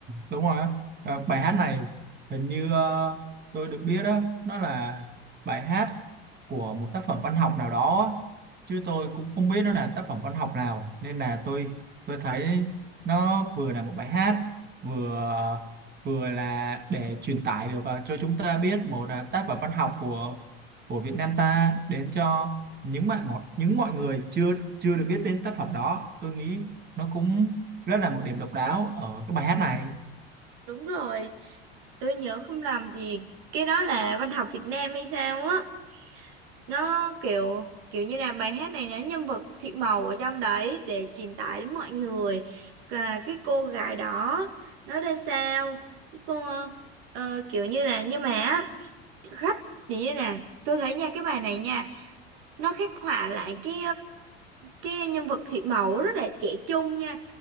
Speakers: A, on the right (about 35°); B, on the right (about 65°).
A: đúng rồi á và bài hát này hình như ờ, tôi được biết đó nó là bài hát của một tác phẩm văn học nào đó á. chứ tôi cũng không biết nó là tác phẩm văn học nào nên là tôi tôi thấy nó vừa là một bài hát vừa vừa là để truyền tải được ờ, cho chúng ta biết một ờ, tác phẩm văn học của của Việt Nam ta đến cho những mọi mọi những mọi người chưa chưa được biết đến tác phẩm đó tôi nghĩ nó cũng rất là một điểm độc đáo ở cái bài hát này
B: Đúng rồi Tôi nhớ không lầm thì Cái đó là văn học Việt Nam hay sao á Nó kiểu kiểu như là bài hát này nó nhân vật thị màu ở trong đấy Để truyền tải đến mọi người Là cái cô gái đó Nó ra sao Cô ờ, kiểu như là Nhưng mà á, khách Tự nhiên nè tôi thấy nha cái bài này nha nó khắc họa lại cái cái nhân vật thị mẫu rất là trẻ trung nha